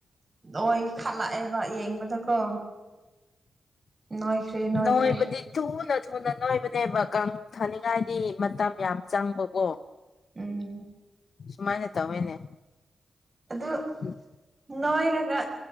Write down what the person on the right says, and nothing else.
ꯅꯣꯏ ꯈꯠꯂꯛꯑꯦꯕ ꯌꯦꯡꯕꯗꯀꯣ ꯅꯣꯏꯈ꯭ꯔꯦ ꯅꯣꯏꯈ꯭ꯔꯦ
ꯎꯝ
ꯑꯗꯣ
ꯅꯣꯏꯔꯒ